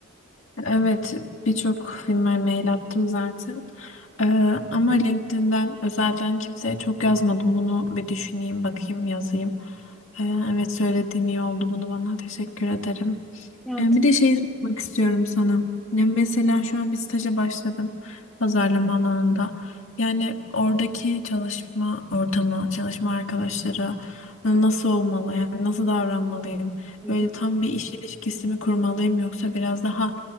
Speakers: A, on the left; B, in the centre.
A: Evet, birçok firmaya mail attım zaten. Ee, ama LinkedIn'den özelden kimseye çok yazmadım. Bunu bir düşüneyim, bakayım, yazayım. Ee, evet söylediğin iyi oldu. Bunu bana teşekkür ederim.
B: Ya,
A: Ee,
B: t-
A: bir de şeyi sormak istiyorum sana. Ya mesela şu an bir staja başladım pazarlama alanında. Yani oradaki çalışma ortamı, çalışma arkadaşları nasıl olmalı? Yani nasıl davranmalıyım?
B: Hı
A: Böyle
B: hı,
A: tam bir iş ilişkisi mi kurmalıyım yoksa biraz daha